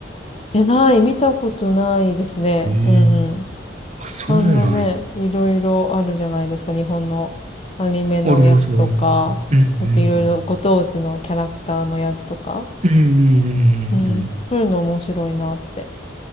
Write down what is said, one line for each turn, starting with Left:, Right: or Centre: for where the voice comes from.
Left: いや、ない、見たことないですね。
Right: ええ
Left: うんうん。
Right: あ、そうなんや。
Left: あんなね、いろいろあるじゃないですか。日本のアニメのやつとか、
Right: あります、あります。うんうん
Left: えっと、いろいろご当地のキャラクターのやつとか。
Right: うん。うんうんうんうんうんうん
Left: うん。そういうの面白いなって